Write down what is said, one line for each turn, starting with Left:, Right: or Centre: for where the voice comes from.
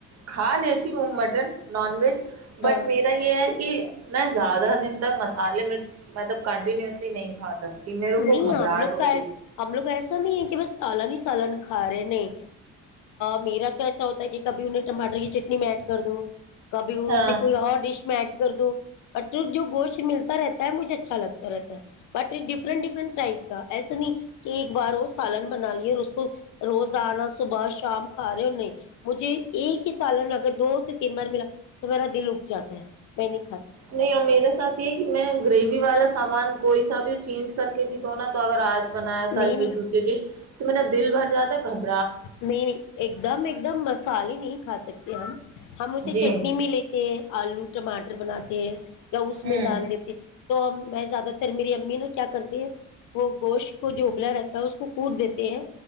Right: کھا لیتی ہوں مٹن نان ویج بٹ
Left: ہاں
Right: میرا یہ ہے کہ میں زیادہ دن تک مسلہ لب کن نہیں کھا سکتی میرے
Left: نہیں
Right: کو گھبراہٹ
Left: ہم لوگ
Right: ہوتی
Left: کا ہم لوگ ایسا نہیں ہے کہ بس سالن ہی سالن کھا رہے ن میرا تو ایسا ہوتا ہے کہ کبھی انہیں ٹماٹر کی چٹنی میں ایڈ کر دو کبھی ا
Right: ہاں
Left: س کوئی اور ڈش میں ایڈ کر دو اورٹ جو گوشت ملتا تا رہتا ہے مجھے اچھا لگتا رہتا ہے بٹ ڈفرنٹ ڈفرنٹ ٹائپ کا ایسا نہیں کہ ایک بار وہ سالن بنا لیا اور اس کو روز آنا صبح شام کھا رہے اور نہیں مجھے ایک ہی سالن اگر دو سے تین بار ملا تو میرا دل اٹھ جاتا ہے میں نے
Right: نہیں اور میرا ساتھ یہ کہ میں گریوی والا سامان کوئی ساب چینج کر کے بھی تو نا تو اگر آج بنایا کل
Left: نہیں
Right: پھر
Left: نہیں
Right: دوسری ڈش تو میرا دل بھر جاتا ہے گب
Left: نہیں نہیں ایک دم ایک دم مسالے نہیں کھا سکتے ہم ہم اسے
Right: جی
Left: چٹنی بھی لیتے ہیں آلو ٹماٹر پر بناتے ہیں اس
Right: ہوں
Left: میں ڈال دیتی تو میں زیادہ تر میری امی نا کیا کرتے ہیں وہ گوشت کو جو ابلا رہتا ہے اس کود دیتے ہیں